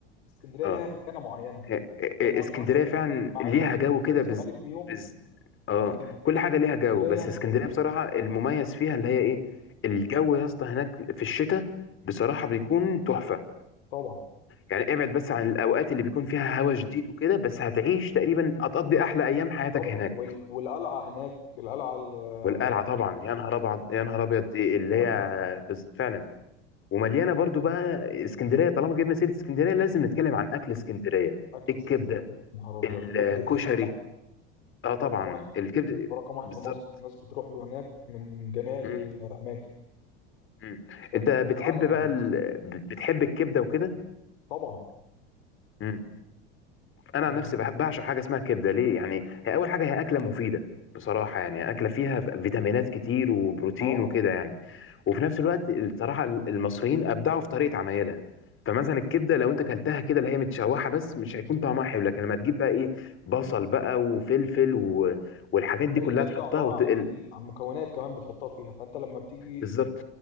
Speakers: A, on the left; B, on the left.
A: اسكندرية
B: اه
A: ليها مكانة معينة
B: ه- ه-
A: زي ما
B: اسكندرية
A: قلنا مثلا
B: فعلا
A: المعادي
B: ليها جو كده
A: والزمالك
B: بز...
A: ليهم
B: بز... اه
A: مكان
B: كل حاجة ليها جو
A: اسكندريه
B: بس
A: ليها مكان
B: اسكندرية بصراحة المميز فيها اللي هي ايه الجو يا اسطى هناك في الشتاء بصراحة بيكون تحفة
A: طبعا
B: يعني ابعد بس عن الاوقات اللي بيكون فيها هوا شديد وكده بس هتعيش تقريبا هتقضي احلى ايام حياتك
A: وطبعا
B: هناك
A: وال... والقلعه هناك القلعه ال-
B: والقلعه طبعا يا نهار ابيض يا نهار ابيض دي اللي
A: لا
B: هي
A: لا
B: بز... فعلا ومليانه برضو بقى اسكندريه طالما جبنا سيره اسكندريه لازم نتكلم عن اكل اسكندريه
A: اكل
B: الكبده
A: اسكندريه يا نهار ابيض
B: الكشري
A: كبده الفلاح
B: اه طبعا
A: رقم واحد
B: الكبده
A: رقم واحد
B: بالظبط
A: في مصر الناس بتروح له هناك من جميع الاماكن
B: مم. مم.
A: ده
B: انت
A: تقريبا
B: بتحب
A: علم
B: بقى
A: من علم
B: ال...
A: اسكندريه
B: بتحب الكبده وكده
A: طبعا
B: إمم. انا
A: ما-
B: عن نفسي بحب بعشق حاجه اسمها كبده ليه يعني هي اول حاجه هي اكله مفيده بصراحه يعني اكله فيها فيتامينات كتير وبروتين
A: اه
B: وكده يعني وفي نفس الوقت الصراحه المصريين ابدعوا في طريقه عمايلها فمثلا الكبده لو انت كلتها كده اللي هي متشوحه بس مش هيكون طعمها حلو لكن لما تجيب بقى ايه بصل بقى وفلفل و... والحاجات دي
A: الكبده
B: كلها تحطها
A: عباره
B: وتقل
A: عن ايه عن مكونات كمان بتحطها فيها فانت لما بتيجي
B: بالظبط